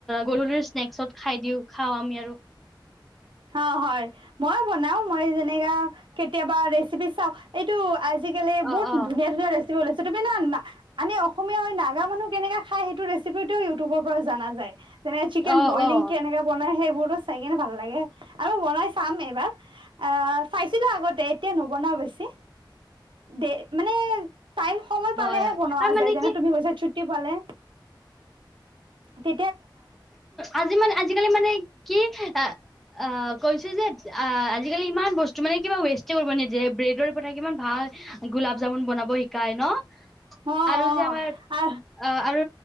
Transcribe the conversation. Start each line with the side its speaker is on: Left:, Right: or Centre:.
Centre: গধূলিৰ স্নেকসত খাই দিওঁ খাওঁ আমি আৰু।
Right: অ হয় মই বনাও মই যেনেকা কেতিয়াবা ৰেচিপি চাওঁ এইটো- আজিকালি
Centre: অ
Right: বহুত
Centre: অ
Right: ধুনীয়া ধুনীয়াৰে। <unintelligible> <unintelligible> অসমীয়া হয় নাগা মানুহ কেনেকা খাই সেইটো ৰেচিপি টো- ইউটোবৰ পৰাও জনা যায়। তেনেক চিকেন
Centre: অ
Right: বইলিং
Centre: অ
Right: কেনেকে বনাই সেই। পুৰুষ। চাই কিনে ভাল লাগে আৰু বনাই চাম এইবাৰ আহ চাইছিলোঁ আগতে এতিয়া নবনাও বেছি দে মানে। টাইম সময় পালেহে
Centre: হয় হয়
Right: বনোৱা
Centre: আৰু মানে
Right: যায় যেনে
Centre: কি
Right: তুমি কৈছা ছু্টি পালে। তে
Centre: আজি মান আজিকালি মানে কি আহ কৈছোঁ যে। আ আজিকালি ইমান বস্তু মানে কিবা ৱেষ্ট কৰিব নিজে ব্ৰেডৰ পথা কি ইমান ভাল গোলাপ জামুন বনাব শিকায় ন।
Right: অ অ
Centre: আৰু যে আমাৰ
Right: আ
Centre: অ' আৰু